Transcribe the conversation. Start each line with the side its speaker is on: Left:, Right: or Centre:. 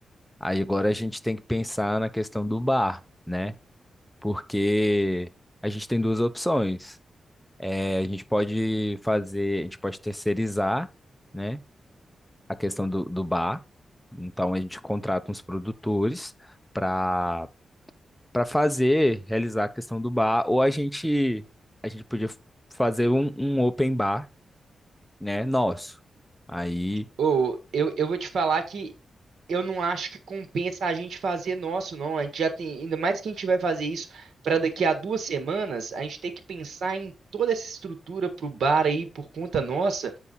Centre: aí agora a gente tem que pensar na questão do bar, né? Porque a gente tem duas opções. É, a gente pode fazer, a gente pode terceirizar, né, a questão do, do bar. Então a gente contrata uns produtores para para fazer, realizar a questão do bar, ou a gente a gente podia fazer um, um open bar, né, nosso. Aí,
Right: Ou eu, eu vou te falar que eu não acho que compensa a gente fazer nosso, não. A gente já tem, ainda mais que a gente vai fazer isso para daqui a duas semanas, a gente tem que pensar em toda essa estrutura pro bar aí por conta nossa.